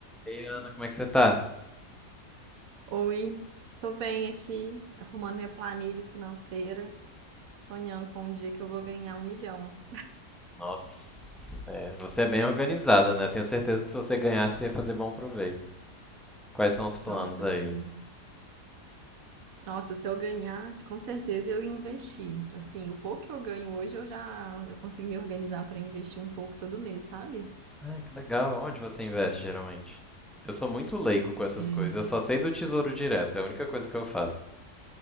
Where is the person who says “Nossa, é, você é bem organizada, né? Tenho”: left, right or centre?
Centre